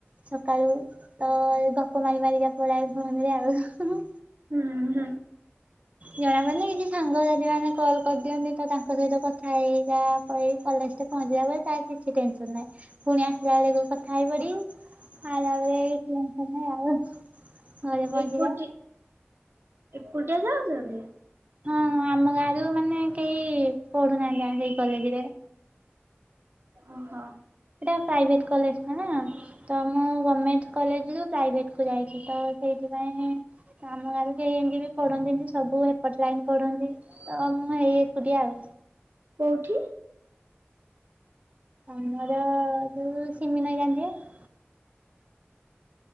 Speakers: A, on the right; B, on the right.
A: ସକାଳୁ ତ ଗପ ମାରି ମାରିକା ପଲାୟେ ଫୋନରେ ଆଉ।
B: ହୁଁ ହୁଁ।
A: ଜଣାପଡେନି ଏ ଯୋଉ ସାଙ୍ଗସାଥିୀ ମାନେ କଲ କରିଦିଅନ୍ତି ତ ତାଙ୍କ ସହିତ କଥା ହେଇ ହେଇକା ପଳାଏ କଲେଜ ଟା ପହଞ୍ଚିଲା ପରେ ତା କିଛି ଟେନସନ ନାହିଁ ପୁଣି ଆସିଲା ବେଳେକୁ କଥା ହେଇ ପଡିବି। ଆଇଲା ବେଳେ ଏଇ <unintelligible> ଘରେ ପହଞ୍ଚିବା।
B: ଏକୁଟି ଏକୁଟିଆ ଯାଉଚନ୍ତି
A: ହଁ ଆମ ଗାଁ ରୁ ମାନେ କେହି ପଢୁନାହାନ୍ତି ଜାଣିକି ଏଇ କଲେଜରେ।
B: ଓହୋ।
A: ଏଟା ପ୍ରାଇଭେଟ କଲେଜ ଟା ନା। ତ ମୁଁ ଗମେଣ୍ଟ କଲେଜରୁ ପ୍ରାଇଭେଟ କୁ ଯାଇଚି ତ ସେଇଥିପାଇଁ ଆମ ଗାଁରେ କେହି ଏମିତି ବି ପଢନ୍ତିନି ସବୁ ହେପଟ ଲାଇନ ପଢନ୍ତି। ତ ମୁଁ ଏଇ ଏକୁଟିଆ ଆଉ।
B: କୋଉଠି?
A: ଆମର ଯୋଉ ସିମି ନାଈ ଜାଣିଥିବେ